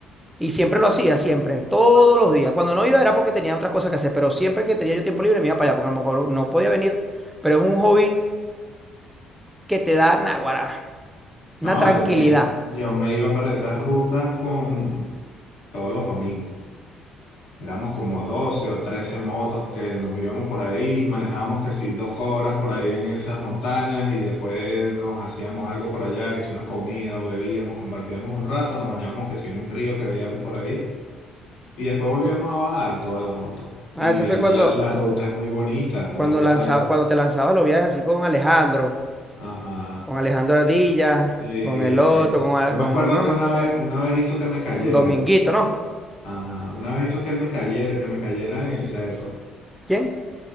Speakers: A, in the centre; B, on the left.
A: Y siempre lo hacía, siempre, todos los días. Cuando no iba era porque tenía otras cosas que hacer, pero siempre que tenía yo tiempo libre me iba para allá, porque a lo mejor no podía venir, pero es un hobby que te da náguara, una
B: No,
A: tranquilidad.
B: yo me, yo me iba para esas rutas con todos los domingos. Éramos como 12 o 13 motos que nos íbamos por ahí, manejábamos que si dos horas por ahí en esas montañas y después nos hacíamos algo por allá, que si una comida o bebíamos, compartíamos un rato, nos bañábamos que si en un río que veíamos por ahí y después volvíamos a bajar todas las motos.
A: A
B: Y
A: veces
B: el-
A: fue cuando,
B: la, la ruta es muy bonita,
A: cuando,
B: la ruta,
A: lanzaba, cuando te lanzabas los viajes así con Alejandro,
B: ajá.
A: con Alejandro Ardilla,
B: Sí, Eh,
A: con el otro,
B: eh,
A: con, a-
B: yo
A: con
B: me acuerdo
A: mamá,
B: que una
A: con,
B: vez, una vez hizo que me cayera,
A: con Dominguito, ¿no?
B: ajá, una vez hizo que él me cayera, que me cayera en el cerro,
A: ¿Quién?